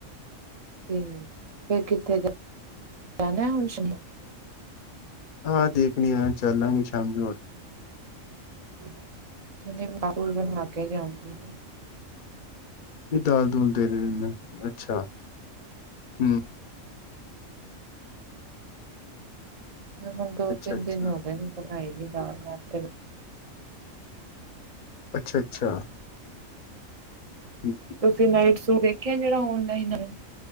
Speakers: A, on the right; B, on the left.
A: ਤੇ ਫਿਰ ਕਿੱਥੇ ਜਾ ਜਾਣਾ ਹੁਣ ਸ਼
B: ਹਾਂ ਦੇਖਣੀ ਆ ਚੱਲ ਲਾਂਗੇ ਸ਼ਾਮੀ ਹੋਰ
A: <unintelligible> ਬਣਾ ਕੇ ਜਾਊਂਗੀ।
B: ਨਹੀਂ ਦਾਲ ਦੂਲ ਦੇ ਦੇਣੀ ਸੀ ਨਾ ਅੱਛਾ। ਹਮ
A: ਹੁਣ ਦੋ
B: ਅੱਛਾ
A: ਤਿੰਨ
B: ਅੱਛਾ
A: ਦਿਨ ਹੋ ਗਏ ਨੇ ਬਣਾਈ ਨੀ ਦਾਲ ਮੈਂ ਤੇ
B: ਅੱਛਾ- ਅੱਛਾ ਠੀਕ
A: ਤੁਸੀਂ ਨਾਈਟ ਸੂ ਦੇਖਿਆ ਜਿਹੜਾ ਓਨਲਾਈਨ ਹੈ।